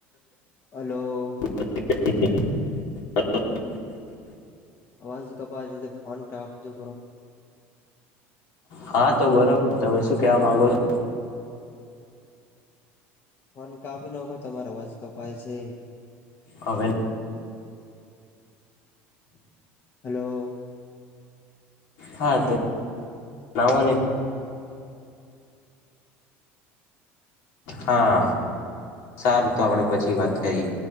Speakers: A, on the left; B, on the left.
A: Hello.
B: <inaudible>
A: અવાજ કપાય છે ફોન કાપજો બરો.
B: હા, તો બરોબર. તમે શું કેવા માગો છો?
A: ફોન કાપી નાખો તમારો અવાજ કપાય છે.
B: અવે
A: હલો.
B: હા તો, નાઓને. હા, સારુ તો આપડણે પછી વાત કરીએ.